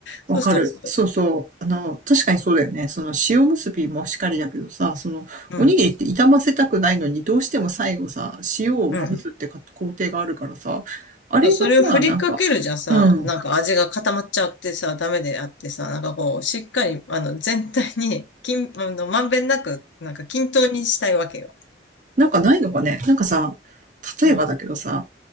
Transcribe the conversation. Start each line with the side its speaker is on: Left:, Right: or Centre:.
Left: そうすると、
Right: わかる。そうそう。あの、確かにそうだよね。その塩結びもしかりだけどさ、その、
Left: うん。
Right: おにぎりって傷ませたくないのに、どうしても最後さ、塩をまぶすってか工程があるからさ、
Left: うん。
Right: あれがさ、
Left: そうそれを振りかけるじゃさ、
Right: なんか、うん。
Left: なんか味が固まっちゃってさ、ダメであってさ、なんかこう、しっかり、あの、全体に、均あの、まんべんなく、なんか均等にしたいわけよ。
Right: なんかないのかね。なんかさ、例えばだけどさ、
Left: うん、